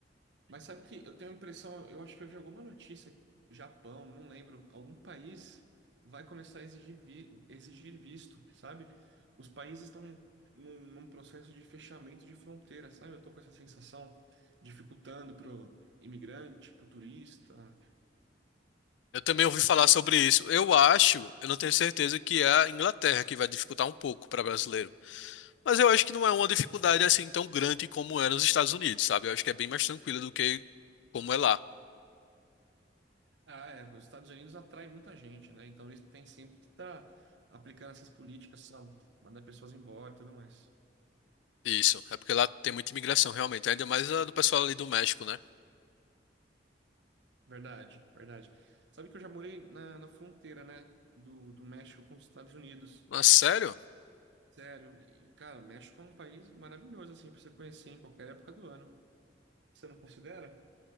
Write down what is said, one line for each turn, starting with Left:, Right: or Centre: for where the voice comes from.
Right: Mas sabe que eu tenho a impressão, eu acho que eu vi alguma notícia, Japão, não lembro, algum país vai começar a exigir, vi- exigir visto, sabe? Os países estão num, num processo de fechamento de fronteira, sabe? Eu tô com essa sensação dificultando pro imigrante, pro turista,
Left: Eu também
Right: uma
Left: ouvi
Right: situação
Left: falar sobre isso. Eu acho, eu não tenho certeza que é a Inglaterra que vai dificultar um pouco para brasileiro. Mas eu acho que não é uma dificuldade assim tão grande como é nos Estados Unidos, sabe? Eu acho que é bem mais tranquilo do que como é lá.
Right: Ah, é. Os Estados Unidos atraem muita gente, né? Então eles têm sempre que estar aplicando essas políticas, sabe? Mandar pessoas embora e tudo mais.
Left: Isso. É porque lá tem muita imigração, realmente. Ainda mais a do pessoal ali do México, né?
Right: Verdade, verdade. Sabe que eu já morei na, na fronteira, né? Do, do México com os Estados Unidos.
Left: Mas sério?
Right: Sério. E, cara, México é um país maravilhoso, assim, pra você conhecer em qualquer época do ano. Você não considera?